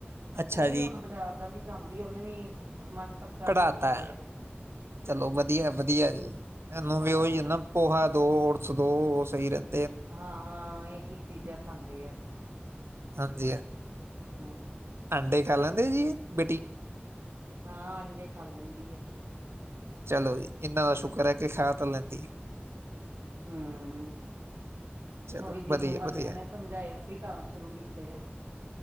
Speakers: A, on the right; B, on the right.
A: ਅੱਛਾ
B: ਉਹ ਵੀ ਹੁਣ ਬਾਜ਼ਾਰ ਦਾ ਨੀ ਖਾਂਦੀ ਉਹਨੇ ਵੀ ਮਨ ਪੱਕਾ
A: ਕਢਾਤਾ
B: ਕਰ ਲਿਆ ਹੋਇਆ
A: ਹੈ ਚਲੋ ਵਧੀਆ ਵਧੀਆ ਜੀ ਇਹਨੂੰ
B: ਹਾਂ
A: ਵੀ ਉਹੀ ਆ ਪੋਹਾ ਓਡਜ਼ ੜਸ ਦੋ ਉਹ ਸਹੀ ਰਹਿੰ
B: ਹਾਂ ਇਹੀ ਚੀਜ਼ਾਂ ਖਾਂਦੇ ਆ
A: ਹਾਂਜੀ
B: ਹੂੰ,
A: ਅੰਡੇ ਖਾ ਲੈਂਦੇ ਐ ਜੀ ਬੇਟੀ
B: ਹਾਂ ਅੰਡੇ ਖਾ ਲੈਂਦੀ ਐ।
A: ਚਲੋ ਜੀ ਇੰਨਾ ਦਾ ਸ਼ੁਕਰ ਹੈ ਕਿ ਖਾ ਤਾਂ ਲੈਂਦੀ।
B: ਹੂੰ,
A: ਚਲੋ
B: ਉਹ ਵੀ ਜਿੰਮ
A: ਵਧੀਆ
B: ਵਾਲਿਆਂ
A: ਵਧੀਆ
B: ਨੇ ਸਮਝਾਇਆ ਸੀ ਤਾਂ ਸ਼ੁਰੂ ਕੀਤੇ ਆ।